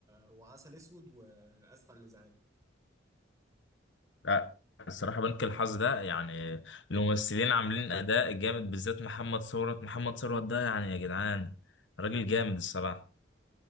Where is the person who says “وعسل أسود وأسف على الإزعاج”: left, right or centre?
Right